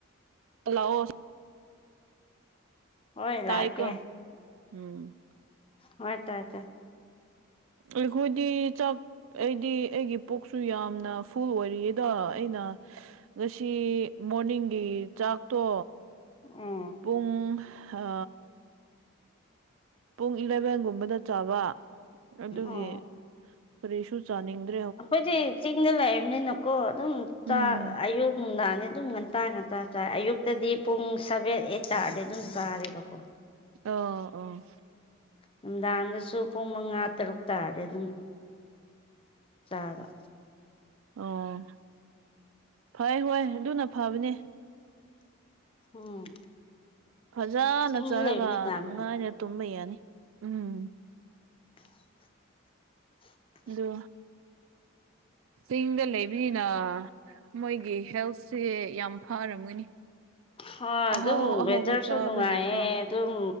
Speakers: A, on the right; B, on the left.
A: ꯇꯂꯥꯛꯑꯣ
B: ꯍꯣꯏ
A: ꯇꯥꯏꯀꯣ
B: ꯂꯥꯛꯀꯦ
A: ꯎꯝ
B: ꯍꯣꯏ ꯇꯥꯏ ꯇꯥꯏ
A: ꯑꯩꯈꯣꯏꯗꯤ ꯆꯥꯛ ꯑꯩꯗꯤ ꯑꯩꯒꯤ ꯄꯨꯛꯁꯨ ꯌꯥꯝꯅ ꯐꯨꯜ ꯑꯣꯏꯔꯤꯌꯦꯗ ꯑꯩꯅ ꯉꯁꯤ ꯃꯣꯔꯅꯤꯡꯒꯤ ꯆꯥꯛꯇꯣ
B: ꯎꯝ
A: ꯄꯨꯡ ꯑ ꯄꯨꯡ ꯏꯂꯚꯦꯟꯒꯨꯝꯕꯗ ꯆꯥꯕ ꯑꯗꯨꯒꯤ
B: ꯎꯝ
A: ꯀꯔꯤꯁꯨ ꯆꯥꯅꯤꯡꯗꯦ
B: ꯑꯩꯈꯣꯏꯗꯤ ꯆꯤꯡꯗ ꯂꯩꯏꯕꯅꯤꯅꯀꯣ ꯑꯗꯨꯝ
A: ꯎꯝ
B: ꯆꯥꯛ ꯑꯌꯨꯛ ꯅꯨꯡꯗꯥꯡꯅꯤ ꯑꯗꯨꯝ ꯉꯟ ꯇꯥꯥ ꯉꯟꯇꯥ ꯆꯥꯏ ꯑꯌꯨꯛꯇꯗꯤ ꯄꯨꯡ ꯁꯚꯦꯟ ꯑꯩꯠ ꯇꯥꯔꯗꯤ ꯑꯗꯨꯝ ꯆꯥꯔꯦꯕꯀꯣ
A: ꯑꯣ ꯑꯣ
B: ꯅꯨꯡꯗꯥꯡꯗꯁꯨ ꯄꯨꯡ ꯃꯉꯥ ꯇꯔꯨꯛ ꯇꯥꯔꯗꯤ ꯑꯗꯨꯝ ꯆꯥꯕ
A: ꯑꯣ ꯐꯩ ꯍꯣꯏ ꯑꯗꯨꯅ ꯐꯕꯅꯦ
B: ꯎꯝ
A: ꯐꯖꯅ
B: ꯆꯤꯡꯗ
A: ꯆꯥꯔꯒ
B: ꯂꯩꯕꯅꯤ ꯌꯥꯝ
A: ꯅꯨꯡꯉꯥꯏꯅ ꯇꯨꯝꯕ ꯌꯥꯅꯤ ꯎꯝ
B: <inaudible>
A: ꯑꯗꯨ ꯆꯤꯡꯗ ꯂꯩꯕꯅꯤꯅ ꯃꯣꯏꯒꯤ ꯍꯦꯜꯁꯦ ꯌꯥꯝ ꯐꯔꯝꯒꯅꯤ
B: ꯍꯣꯏ ꯑꯗꯨꯝ
A: ꯑꯍꯥꯎ ꯑꯍꯥꯎꯕ
B: ꯋꯦꯗꯔꯁꯨ
A: ꯆꯥꯕꯒꯤꯀꯣ
B: ꯅꯨꯡꯉꯥꯏꯌꯦ ꯇꯨꯝ